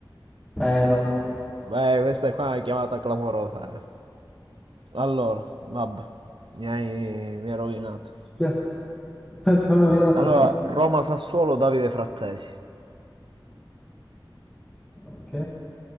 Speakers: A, in the centre; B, on the right.
A: Eh, no, no.
B: Beh, questa è qua una chiamata clamorosa. eh. Allora, vabbè, mi hai, mi hai rovinato.
A: Spiace, ti ho rovinato,
B: Allora,
A: sì.
B: Roma-Sassuolo Davide Frattesi.
A: Ok.